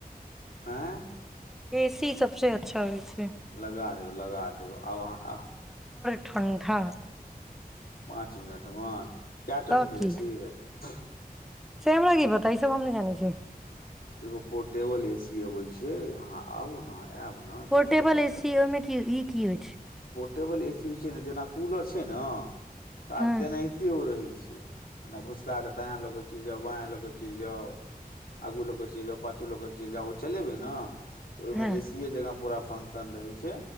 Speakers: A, on the left; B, in the centre.
A: ऐं
B: एसी सबसँ अच्छा होय छै
A: लगा देब लगा देब आब
B: ठण्डा
A: पाँच मिनट म क्य टन
B: तऽ
A: के
B: की
A: एसी अय <unintelligible>
B: से हमरा की पता ई सब हम नहि जानै छियै
A: एगो पोर्टेबल एसी आबै छै अहाँ आबु ने आयब ने तऽ
B: पोर्टेबल
A: ओहो पतत
B: एसी ओइमे कि ई की होइ छै
A: टेबल ए सी होइ छै ने जेना कूलर छै ने सार
B: हँ
A: तेनाहिते ओ रहै छै छ घुसका क दायाँ लऽके चलि जाउ बाय लऽ के चलि जाउ आगू लऽ के चलि जाउ पाछू लऽ के चलि जाउ ओ चलेबे ने तऽ ओहिमे
B: हँ
A: ए सीए जगह पूरा फंक्शन रहै छै